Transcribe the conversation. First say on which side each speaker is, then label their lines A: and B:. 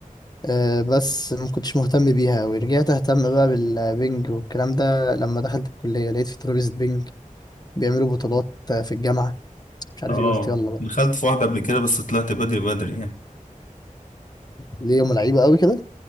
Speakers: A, on the left; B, on the left.
A: آه، بس ما كنتش مهتم بيها أوي رجعت أهتم بقى بالبنج والكلام ده لما دخلت الكلية لقيت في ترابيزة بنج بيعملوا بطولات آه، في الجامعة مش عارف
B: اه
A: إيه قلت يلا بقى
B: دخلت في واحدة قبل كده بس طلعت بدري بدري يعني
A: ليه هم لعيبة أوي كده